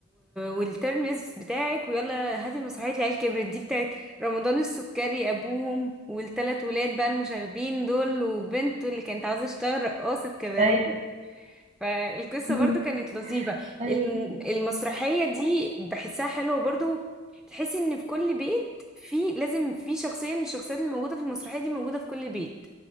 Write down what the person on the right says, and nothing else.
ايوه
<laughs>
أيوة